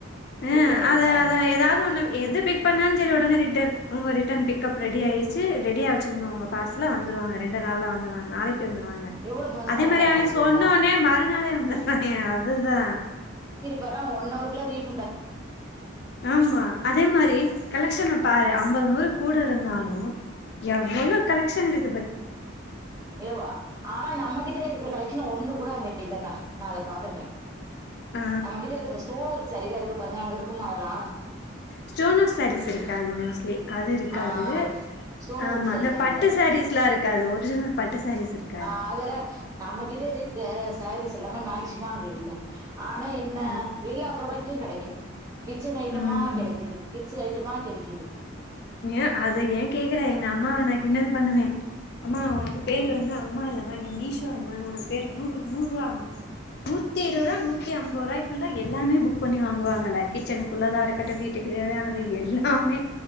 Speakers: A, on the left; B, on the right.
A: ம்
B: ரிட்டர்ன் எடுத்துட்டாங்க
A: அதா அதா ஏதாது ஒண்ணு எது பிக் பண்ணால் செரி ஒடனே ரிட்டன் உங்க ரிட்டன் பிக் கப் ரெடி ஆயிர்ச்சு ரெடியா வச்சுக்கங்க உங்க பார்சல வந்துருவாங்க ரெண்டு நாள்ல வந்துருவாங்க நாளைக்கு வந்துருவாங்க
B: எவ்வளவு ஃபாஸ்ட்டா
A: அதே
B: இருக்காங்க
A: மாரி அவ
B: பாத்தீங்களா
A: சொன்னோனே மறுநாளே வந்துராய்ங்க அதுதா
B: வற ஒன் அவருக்குள்ள ரீட்
A: ஆமா அதே மாரி கலெக்ஷன் பாரு ஐம்பது நூறு கூடு இருந்தாலு எவ்வளவு கலெக்ஷன் இருக்கு பத்தி
B: ஏ ஆனா நம்மகிட்ட இருக்க கலெக்ஷன் ஒண்ணு கூட அங்க இல்லக்கா நான் அதை பாத்துருக்கே
A: ஆ
B: நம்மகிட்ட இருக்கற ஸ்டோன் ஒர்க் சரியிலாம் இருக்கு பாருங்க அங்க இருக்குமா அதெல்லா
A: ஸ்டோன் ஒர்க் சரிஸ் இருக்காது மோஸ்லி அது இருக்காது
B: ஆ ஸ்டோன்
A: ஆமா
B: ஒர்க் சாரீலா
A: அந்த பட்டை
B: இல்ல
A: சாரீஸ்லாம் இருக்காது ஒரிஜினல் பட்டை சாரீஸ் இருக்கு
B: ஆ அதுல நம்மகிட்ட இருக்க சாரீஸ் எல்லாமே மேக்சிமம் அங்க இல்ல ஆனா என்ன
A: ஆ
B: வழா ப்ராடக்ட்டும் கிடைக்கு கிச்சன் ஐட்டமா
A: ம்
B: கிடைக்குது கிச்ச கமா கிடைக்குது
A: ஏ அத ஏன் கேக்குறன் எங்க அம்மாவை நான் கிண்டல் பண்ணுவே அம்மா உனக்கு பேரு
B: ம்
A: வந்து அம்மா இல்லம்மா நீ மீஷோ அம்மனு உனக்கு பேரு நூறு நூறுபா நூத்தி இருபதுரூபா நூத்திஐம்பது ரூபாய்க்குள்ள எல்லாமே புக் பண்ணி வாங்குவாங்கல்ல கிச்சனுக்குள்ளதா இருக்கட்ட வீட்டுக்கு தேவையானது எல்லாமே